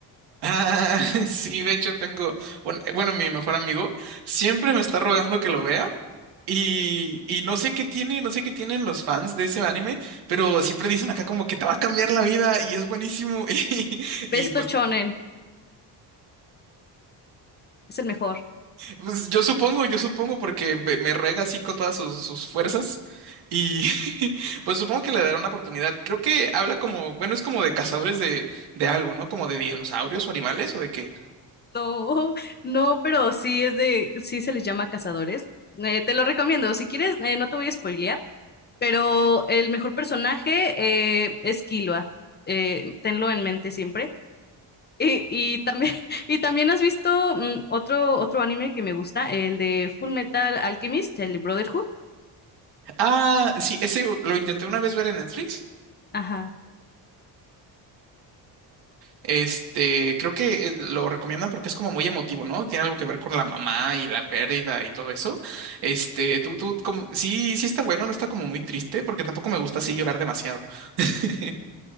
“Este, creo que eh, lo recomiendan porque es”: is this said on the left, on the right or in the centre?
Right